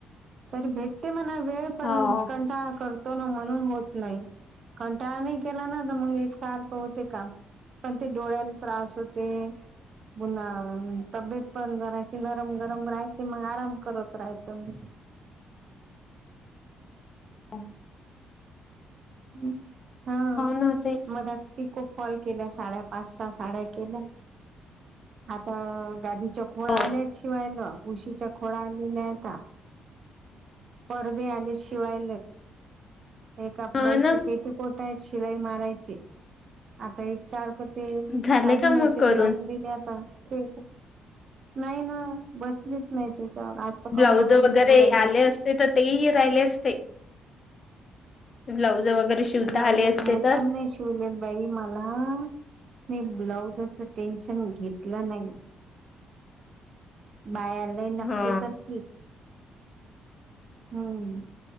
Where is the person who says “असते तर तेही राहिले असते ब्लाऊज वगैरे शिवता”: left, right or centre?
Left